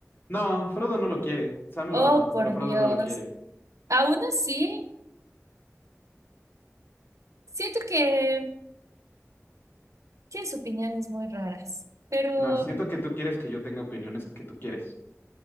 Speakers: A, on the left; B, on the right.
A: No, Frodo no lo quiere. Sam
B: Oh,
A: lo ama,
B: por
A: pero Frodo
B: Dios.
A: no lo quiere.
B: Aún así, siento que tienes opiniones muy raras, pero
A: No, siento que tú quieres que yo tenga opiniones que tú quieres.